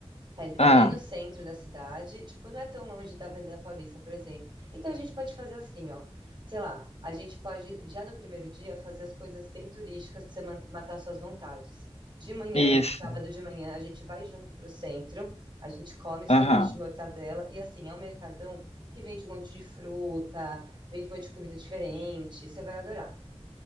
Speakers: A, on the right (about 45°); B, on the left (about 80°).
A: É,
B: Ah,
A: é bem no centro da cidade, tipo, não é tão longe da Avenida Paulista, por exemplo. Então a gente pode fazer assim, ó. Sei lá, a gente pode já no primeiro dia fazer as coisas bem turísticas para você ma- matar suas vontades. De manhã,
B: isso.
A: sábado de manhã, a gente vai junto para o centro, a gente come sanduíche
B: Aham.
A: de mortadela e assim, é um mercadão que vende um monte de fruta, vende um monte de comida diferente, você vai adorar.